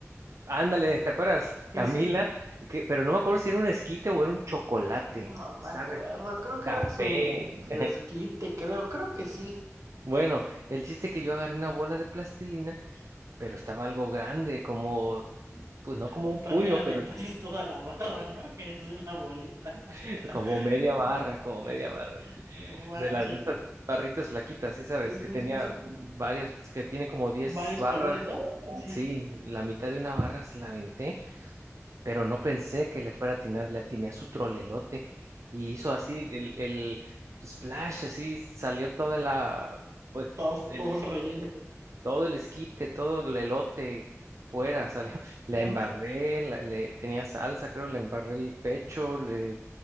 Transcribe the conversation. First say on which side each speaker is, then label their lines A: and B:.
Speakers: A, on the right; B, on the right.
A: Ándale, ¿te acuerdas?
B: Sí,
A: Camila,
B: sí.
A: que, pero no me acuerdo si era un esquite o era un chocolate.
B: No me
A: ¿Sabes?
B: acuerdo, creo que
A: café.
B: era su, su
A: <laughs>
B: esquite, creo, creo que sí.
A: Bueno, el chiste que yo agarré una bola de plastilina, pero estaba algo grande, como, pues no como
B: Tú
A: un
B: también
A: puño,
B: la
A: pero
B: aventaste toda la barra, ¿no? <laughs> Es una bolita.
A: <laughs>
B: <laughs>
A: como media barra, como
B: Sí,
A: media
B: sí.
A: barra.
B: No manches.
A: De las de estas barritas flaquitas, sí sabes,
B: Sí,
A: que
B: sí,
A: tenía
B: sí, sí.
A: varias, que tiene como 10
B: Varios
A: barras.
B: colores, ¿no? Sí, sí.
A: Sí, la mitad de una barra se la aventé pero no pensé que le fuera a atinar, le atiné a su trolelote y hizo así el, el splash, así salió toda la, pues,
B: Todo,
A: el-
B: todo el relleno.
A: todo el esquite, todo el elote fuera salió. <laughs> La
B: Ajá.
A: embarré, la- le tenía salsa, creo, le embarré el pecho, le